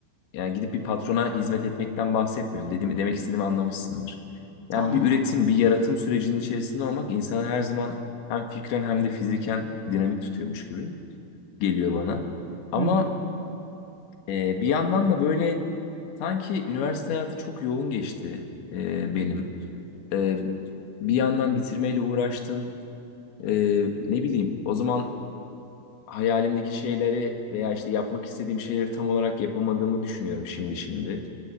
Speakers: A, on the left; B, on the right.
A: Yani gidip bir patrona hizmet etmekten bahsetmiyorum. Dedim, demek istediğimi anlamışsındır. Yani
B: Anladım.
A: bir üretim, bir yaratım sürecinin içerisinde olmak insanı her zaman hem fikren hem de fiziken dinamik tutuyormuş gibi geliyor bana. Ama
B: Hı hı.
A: e, bir yandan da böyle Sanki üniversite hayatı çok yoğun geçti e, benim. E, bir yandan bitirmeyle uğraştım. E, ne bileyim o zaman hayalimdeki şeyleri veya işte yapmak istediğim şeyleri tam olarak yapamadığımı düşünüyorum şimdi şimdi.